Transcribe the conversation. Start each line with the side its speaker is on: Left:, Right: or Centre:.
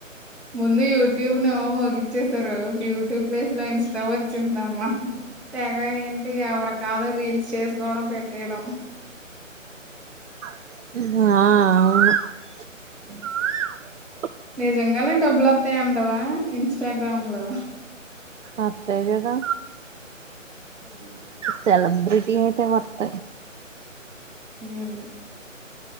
Centre: ముందు యూట్యూబ్ ను ఏవో మోగిచ్చసారు, ఇప్పుడు యూట్యూబ్ ప్లేస్ లో ఇన్స్టా వచ్చిందమ్మా. తెగ ఏంటి ఎవరు కాదు. రీల్స్ చేసుకోడం పెట్టెయడం.
Right: ఆఆ
Centre: నిజంగానే డబ్బులు వత్తాయి అంటవా ఇన్స్టాగ్రామ్ లో?
Right: అంతే కదా
Centre: ఆ
Right: సెలబ్రిటీ ఐతే వత్తయి
Centre: ఉమ్